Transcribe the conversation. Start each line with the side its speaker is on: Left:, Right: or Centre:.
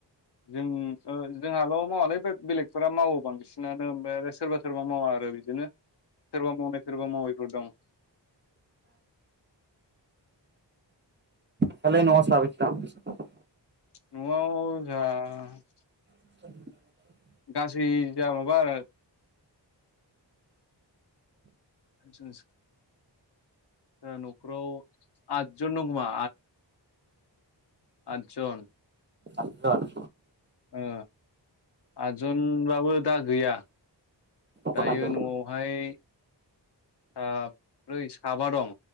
Left: जों जोंहाल' मावालै बेलेगफोरा मावो बां बिसिनानो ओमफ्राय सोरबा सोरबा मावा आरो बि बिदिनो सोरबा मावनाय सोरबा मावैफोर दं।
Right: दालाय न' सानैसो दं?
Left: न' आव जोंहा।
Right: <inaudible>
Left: गासै जोंहा माबाआरो <unintelligible> न'खर आव आदजोंन दं खोमा। आटजन।
Right: आथजन
Left: ओ आदजनबाबो दा गैया
Right: गथ'
Left: दायो
Right: हिनजावखौ
Left: न'आवहाय। ओ साब्रै साबा दं